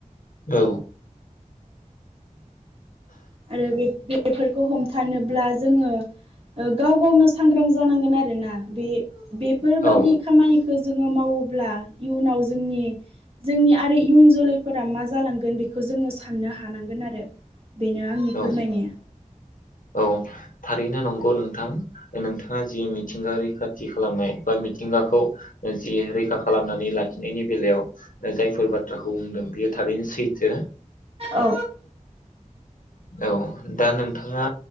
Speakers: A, on the left; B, on the right.
A: औ।
B: आरो बे-बेफोरखौ हमथानोब्ला जों गाव गावनो सांग्रां जानांगोन आरोना बे बेफोरबायदि
A: औ
B: खामानिखौ जों मावोब्ला इयुनाव जोंनि जोंनि आरो इयुन जोलैफोरा मा जालांगोन बेखौ जों साननो हानांगोन आरो। बेनो आंनि फोरमायनाया।
A: औ औ थारैनो नंगौ नोंथां नोंथाङा जि मिथिंगा रैखाथि खालामनाय बा मिथिंगाखौ जि रैखा खालामनानै लाखिनायनि बेलायाव जायफोर बाथ्राखौ बुंदों बेयो थारैनो सैथो।
B: औ
A: औ दा नोंथाङा